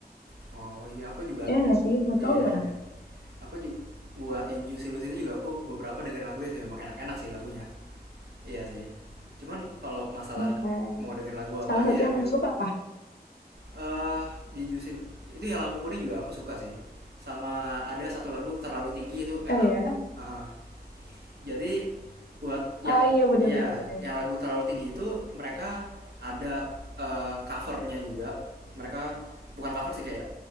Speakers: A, on the right (about 80°); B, on the left (about 75°).
A: Oh iya aku juga
B: Ya nggak sih? Menurut
A: iya
B: kamu gimana?
A: ya Aku juga buat yang Juicy Luice itu juga aku beberapa dengerin lagunya sih memang enak-enak sih lagunya. Iya sih. Cuman kalau masalah
B: Iya kayak
A: mau dengerin lagu apa
B: salah
A: aja
B: satu yang
A: ya be
B: kamu suka apa?
A: eh di Juicy itu yang Lampu Kuning juga aku suka sih. Sama ada satu lagu Terlalu Tinggi itu enak.
B: Oh ya?
A: Heeh. jadi buat yang
B: Ah iya benar-benar.
A: ya
B: bener. bener, bener.
A: yang lagu terlalu tinggi itu mereka ada eh, covernya juga mereka bukan cover sih kayak